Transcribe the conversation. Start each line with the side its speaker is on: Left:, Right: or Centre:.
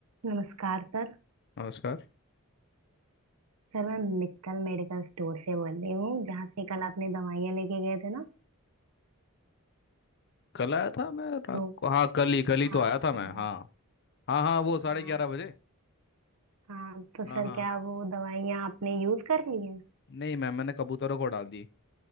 Right: नमस्कार sir
Left: नमस्कार
Right: Sir मैं Mittal medical store से बोल रही हूँ जहाँ से कल आपने दवाइयाँ लेके गए थे ना
Left: कल आया था मैं रात
Right: तो
Left: को हाँ कल ही कल ही
Right: हाँ
Left: तो आया था मैं
Right: वहाँ-
Left: हाँ हाँ हाँ वो
Right: हाँ
Left: साढ़े ग्यारह बजे
Right: हाँ तो
Left: हाँ
Right: सर
Left: हाँ
Right: क्या वो दवाइयाँ आपने यूज कर ली हैं
Left: नहीं मैम मैंने कबूतरों को डाल दी